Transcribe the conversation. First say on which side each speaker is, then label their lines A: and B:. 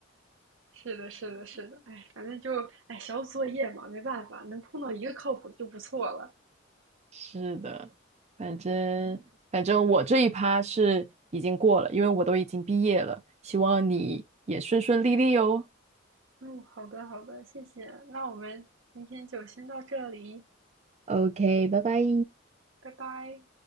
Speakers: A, on the right; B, on the right.
A: 是的，是的，是的。哎，反正就哎，小组作业嘛，没办法，能碰到一个靠谱的就不错了。
B: 是的，反正反正我这一趴是已经过了，因为我都已经毕业了，希望你也顺顺利利哟。
A: 嗯，好的，好的，谢谢。那我们今天就先到这里，
B: OK，拜拜。
A: 拜拜。